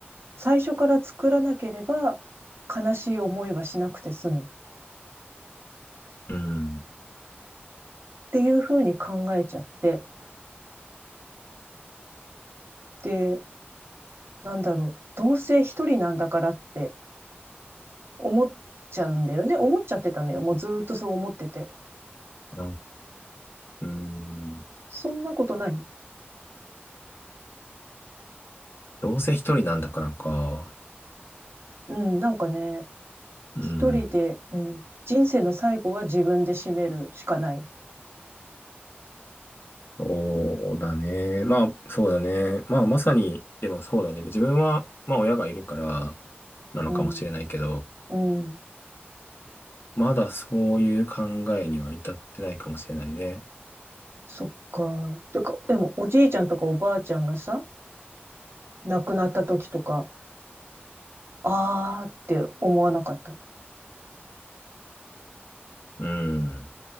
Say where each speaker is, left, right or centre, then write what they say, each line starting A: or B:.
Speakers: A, on the right; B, on the left.
A: 最初から作らなければ、悲しい思いはしなくて済む。っ
B: うん。
A: ていうふうに考えちゃって。で、なんだろう。どうせ一人なんだからって思っちゃうんだよね。思っちゃってたのよ。もうずーっとそう思ってて。
B: あうん。
A: そんなことない
B: どうせ一人なんだからか。
A: うん、なんかね、
B: うん。
A: 一人で、うん、人生の最後は自分で締めるしかない。
B: そうだね。まあ、そうだね。まあ、まさに、でもそうだね。自分は、まあ、親がいるから、なのかもしれないけど、
A: うん、うん、
B: まだそういう考えには至ってないかもしれないね。
A: そっか。てか、でもおじいちゃんとかおばあちゃんがさ、亡くなった時とか、あーって思わなかった。
B: うん。